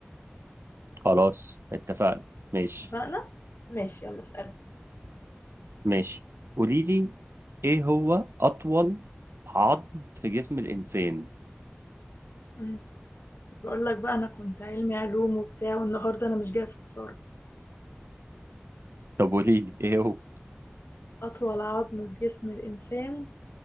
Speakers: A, on the right; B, on the left.
A: خلاص اتفقنا ماشي
B: اتفقنا؟ ماشي يلا اسألك
A: ماشي قولي لي ايه هو اطول عظم في جسم الانسان
B: مم. بقول لك بقى أنا كنت علمي علوم وبتاع والنهاردة أنا مش جاية في خسارة
A: طب قولي لي ايه هو
B: أطول عظم في جسم الإنسان